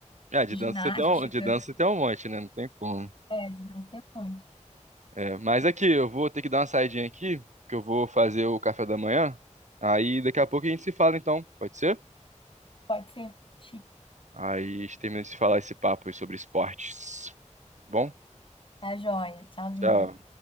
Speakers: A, on the right (about 70°); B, on the left (about 40°).
A: É, de
B: de ginástica.
A: dança você tem um, de dança você tem um monte, né? Não tem como.
B: É, de Brastemante.
A: É, mas aqui, eu vou ter que dar uma saidinha aqui, que eu vou fazer o café da manhã. Aí daqui a pouco a gente se fala, então. Pode ser?
B: Pode ser. Chique.
A: Aí a gente termina de falar esse papo aí sobre esportes. Bom,
B: Tá joia. Tchauzinho.
A: tchau.